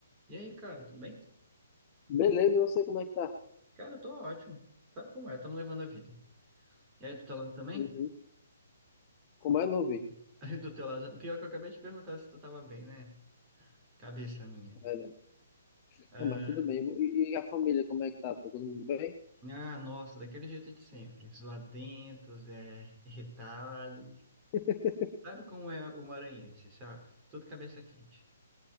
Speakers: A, on the right; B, on the left.
A: E aí, cara, tudo bem?
B: Beleza, eu sei como é que tá.
A: Cara, eu tô ótimo. Sabe como é? Tamo levando a vida. E aí, do teu lado também?
B: Uhum. Como é, não ouvi.
A: <laughs> Aí, do teu lado. Pior que eu acabei de perguntar se tu tava bem, né? Cabeça minha.
B: É verdade.
A: Ah,
B: Não, mas tudo bem. E, e a família, como é que tá? Tá todo mundo bem?
A: ah, nossa, daquele jeito de sempre. Zoadentos, é, irritado.
B: <laughs>
A: Sabe como é o maranhense, sabe? Tudo cabeça quente.